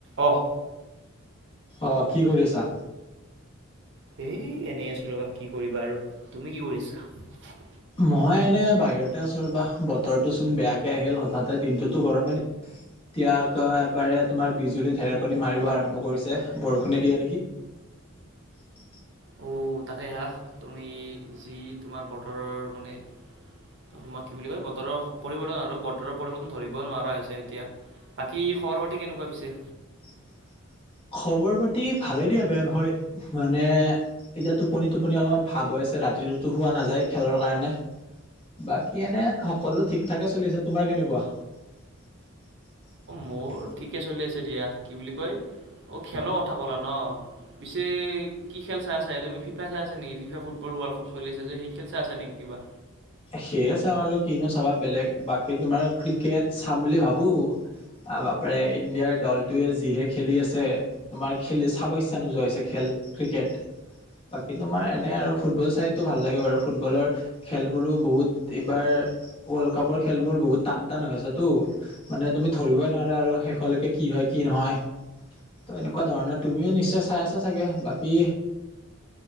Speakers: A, on the right; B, on the left.
A: অ'
B: অ' কি কৰি আছা?
A: এই এনেই আছো ৰবা কি কৰিবা আৰু তুমি কি কৰি আছা?
B: মই এনে বাহিৰতে আছো ৰবা, বতৰটো চোন বেয়াকে আহিল হঠাতে দিনটোতো গৰমে ইয়াক এবাৰে তোমাৰ বিজুলী ঢেৰকণী মাৰিব আৰম্ভ কৰিছে, বৰষুণে দিয়ে নেকি। <unintelligible>
A: <unintelligible> তাকেহা তুমি যি তোমাৰ বতৰৰ মানে <unintelligible> কি বুলি কয় বতৰৰ পৰিৱৰ্তন আৰু বতৰৰ পৰিৱৰ্তন ধৰিব নোৱাৰা হৈছে এতিয়া। বাকী খবৰ পাতি কেনেকুৱা পিছে?
B: <unintelligible> খবৰ পাতি ভালে দিয়া বেয়া নহয়। মানে এতিয়া টোপনি টোপনি অলপমান ভাৱ হৈ আছে। ৰাতিটোতো হোৱা নাযায় খেলৰ কাৰণে। বাকী এনে সকলো ঠিকঠাকে চলি আছে। তোমাৰ কেনেকুৱা? <unintelligible>
A: মোৰ অ ঠিকে চলি আছে দিয়া। কি বুলি কয় অ খেলৰ কথা ক'লা ন? পিছে কি খেল চাই আছা। তুমি ফিফা চাই আছ নিকি ফিফা ফুটবল ৱৰ্ল্ড কাপ চলি আছে যে, সেই খেল চাই আছা নেকি? উৱা
B: সেইয়ে চাওঁ আৰু কিনো চাবা বেলেগ বাকী তোমাৰ ক্ৰিকেট চাম বুলি ভাবো, আৰু বাপৰে ইণ্ডিয়াৰ দলটোৱে যিহে খেলি আছে, তোমাৰ খেলি চাব ইচ্ছা নোযোৱা হৈছে খেল। ক্ৰিকেট বাকী তোমাৰ এনে আৰু ফুটবল চাইতো ভাল লাগে বাৰু। ফুটবলৰ খেল- বোৰো বহুত এইবাৰ ৱৰ্ল্ড কাপৰ খেলবোৰ বহুত টান টান হৈ আছেটো, মানে তুমি ধৰি- কবই নোৱাৰো আৰু শেষলৈকে কি হয় কি নহয়। ত এনেকুৱা ধৰণৰ, তুমিও নিশ্চয় চাই আছা চাগে। বাকী,